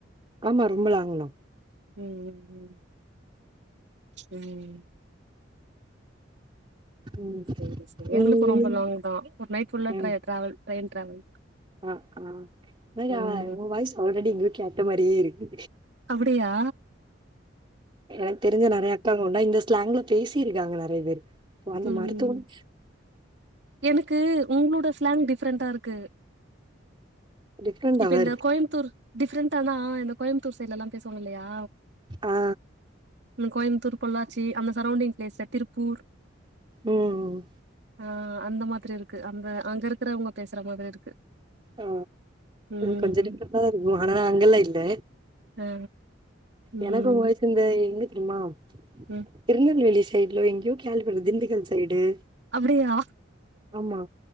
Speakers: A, on the right; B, on the right.
A: ஆமா ரொம்ப லாங்தா
B: ம் ம் ம்
A: ம்.
B: செரி செரி எங்களுக்கு
A: ஈவ்னிங்
B: ரொம்ப லாங் தா ஒரு நைட் ஃபுல்லா
A: ம்.
B: ட்ரே ட்ராவல் ட்ரெயின் ட்ராவல்
A: ஆ ஆ <unintelligible>
B: ம்
A: ஒன் வாய்ஸ் ஆல்ரெடி எங்கயோ கேட்ட மாரியே இருக்கு
B: அப்டியா
A: எனக்குத் தெரிஞ்ச நெறயா அக்காங்கூட இந்த ஸ்லாங்க்ல பேசிருக்காங்க நெறய பேரு அப்போ அந்த
B: ம்
A: மருத்துவம்
B: எனக்கு உங்களோட ஸ்லாங் டிஃப்ரென்டாருக்கு
A: டிஃப்ரெண்ட்டாவா
B: இப்ப இந்த
A: இருக்கு.
B: கோயம்த்தூர் டிஃப்ரெண்ட்டானா இந்த கோயம்த்தூர் சைட்லல்லா பேசுவாங்கல்லயா
A: ஆ
B: கோயம்த்தூர் பொள்ளாச்சி அந்த சரௌண்டிங் பிளேஸ்ல திருப்பூர்
A: ம்
B: ஆ அந்த மாதிரி இருக்கு அந்த அங்க இருக்கிறவங்க பேசற மாதிரி இருக்கு
A: ஆ
B: ம்
A: கொஞ்சோ டிஃப்ரன்ட்டாதா இருக்கு ஆனா அங்கல்லா இல்ல
B: ஆ ம்
A: எனக்கு உங்க வாய்ஸ் இந்த எங்க தெரிம்மா
B: ம்
A: திருநெல்வேலி ஸ் சைட்ல எங்கேயோ கேள்விப்பட்ட திண்டுக்கல் சைடு
B: அப்டியா
A: ஆமா.